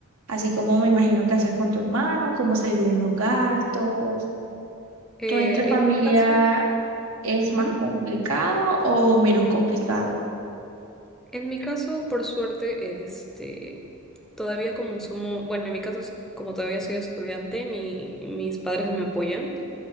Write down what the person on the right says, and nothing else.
Así como me imagino que haces con tu hermano, cómo se dividen los gastos,
todo entre familia
es
más complicado o menos complicado.